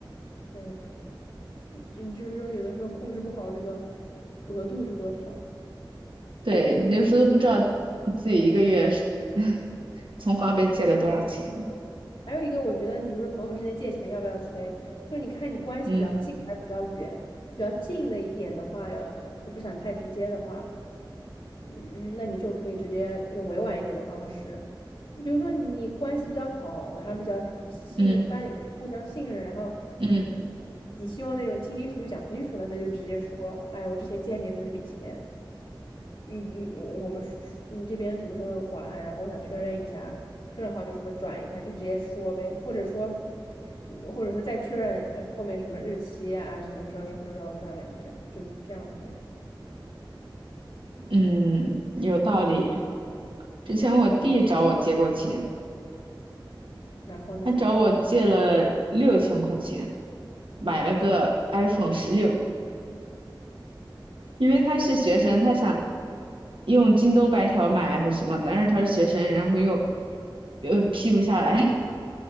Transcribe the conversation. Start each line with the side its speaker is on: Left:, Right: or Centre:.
Left: 对，就就是说，有的时候控制不好这个额度是多少。
Right: 对，那时候都不知道自己一个月是 <laughs> 从花呗借了多少钱。
Left: 还有一个，我觉得你说朋友之间借钱要不要催，就是你看你关系比较近还是比较远，
Right: 嗯
Left: 比较近的一点的话，呃就不想太直接的话，嗯，那你就可以直接用委婉一点的方式，就比如说你关系比较好，然后比较信任，
Right: 嗯。
Left: 班就互相信任，然后
Right: 嗯
Left: 你希望那种清清楚楚讲清楚的，那就直接说，哎，我之前借你的那笔钱，你你我我们说你这边什么时候会还，然后我想确认一下，确认好就什么转一下，就直接说呗，或者说你或者说再确认呃后面什么日期啊，什么时候什么时候转这样就这样呗，
Right: 嗯，有道理。之前我弟找我借过钱，
Left: 然后呢，
Right: 他找我借了六千块钱，买了个
Left: 嗯。
Right: iPhone 十六，因为他是学生，他想用京东白条买还是什么，但是他是学生，然后又又批不下来，